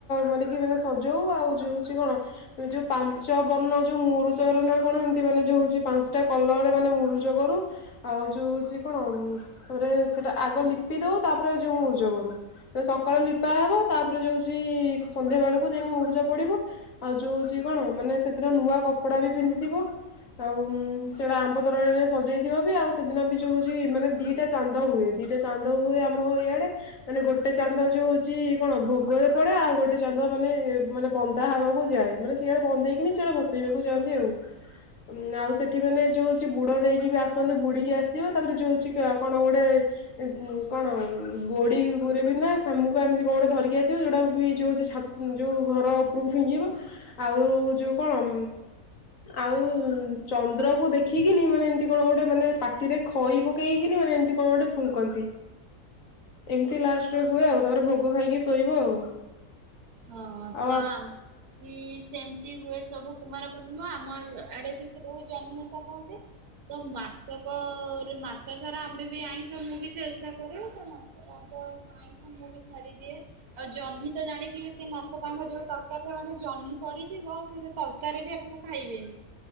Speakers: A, on the left; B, on the right.
A: ମାରିକି ମାନେ ସଜ ହୋଉ ଆଉ ଯୋଉ ହୋଉଚି କଣ ଯୋଉ ପାଞ୍ଚ ବର୍ଣ୍ଣ ଯୋଉ ମୁରୁଜର ନା କଣ ଏମିତି ମାନେ ଯୋଉ ହୋଉଚି ପାଞ୍ଚଟା କଲରରେ ମାନେ ମୁରୁଜୁ କରୁ। ଆଉ ଯୋଉ ହୋଉଚି କଣ ତାପରେ ସେଟା ଆଗ ଲିପି ଦୋଉ ତାପରେ ଯୋଉ ମୁର୍ଜ କରୁ। ତ ସକାଳୁ ଲିପା ହବ ତାପରେ ଯୋଉ ହୋଉଚି ସନ୍ଧ୍ୟା ବେଳୁ କୁ ଯାଇଁକି ମୁରୁଜ ପଡିବ ଆଉ ଯୋଉ ହୋଉଚି କଣ ମାନେ ସେଦିନ ନୂଆ କପଡା ବି ପିନ୍ଧିଥିବ। ଆଉ ସେଇଟା ଆମ୍ବ ତ୍ବରଣିରେ ସଜେଇ ଥିବ ବି ଆଉ ସେଦିନ ବି ଯୋଉ ହୋଉଚି ମାନେ ଦିଇଟା ଚାନ୍ଦ ହୁଏ ଦିଟା ଚାନ୍ଦ ହୁଏ ଆମ ଇଆଡେ। ମାନେ ଗୋଟେ ଚାନ୍ଦ ଯୋଉ ହଉଛି କଣ ଭୋଗରେ ପଡେ ଆଉ ଗୋଟେ ଚାନ୍ଦ ମାନେ ମାନେ ବନ୍ଦା ହବାକୁ ଯାଏ ମାନେ ସିଆଡେ ବନ୍ଦେଇକିନି ସିଆଡେ ଭସେଇବାକୁ ଯାଆନ୍ତି ଆଉ। ଉଁ ଆଉ ସେଠି ମାନେ ଯୋଉ ହଉଛି ବୁଡ ଦେଇକି ବି ଆସନ୍ତି ବୁଡିକି ଆସିବ ତାପରେ ଯୋଉ ହଉଛି କା କଣ ଗୋଟେ ଉଁ-ଉଁ କଣ ଗୋଡିଗୁରେ ବି ନା ଶାମୁକା ଏମିତି କଣ ଗୋଟେ ଧରିକି ଆସିବେ ଯୋଉଟାକୁ କି ଯୋଉ ହଉଛି ଛା ଯୋଉ ଘର ଉପରକୁ ଫିଙ୍ଗିବ ଆଉ ଯୋଉ କଣ ଆଉ ଚନ୍ଦ୍ରକୁ ଦେଖିକିନି ମାନେ ଏମିତି କଣ ଗୋଟେ ମାନେ ପାଟିରେ ଖଇ ପକେଇକିନି ମାନେ ଏମିତି କଣ ଗୋଟେ ଫୁଙ୍କନ୍ତି। ଏମିତି ଲାଷ୍ଟକୁ ହୁଏ ଆଉ, ତାପରେ ଭୋଗ ଖାଇକି ଶୋଇବ ଆଉ।
B: ହଁ-ହଁ
A: ଆଉ
B: ତ
A: ଆପ
B: ଆମ୍ କି-ଇ-ଇ ସେମିତି ହୁଏ ସବୁ କୁମାର ପୂର୍ଣ୍ଣିମା ଆମ ଆ ଆଡେ ବି ସେ ବହୁତ ଜହ୍ନିଓଷା କହନ୍ତି। ତ ମାସକର ମାସ ସାରା ଆମେ ବି ଆଇଁଷ ମୁଁ ବି ସେ ଓଷା କରେ ତ ମାସ୍ ତାଙ୍କ <inaudible> ଆଇଁଷ ମୁଁ ବି ଛାଡିଦିଏ ଆଉ ଜହ୍ନି ତ ଜାଣିଥିବେ ସେ ମାସଟାଯାଙ୍କ ଯୋଉ ତରକାରୀରେ ମାନେ ଜହ୍ନି ପଡିଥିବ ସେ ଯୋଉ ତରକାରୀ ବି ଆପଣ ଖାଇବେନି।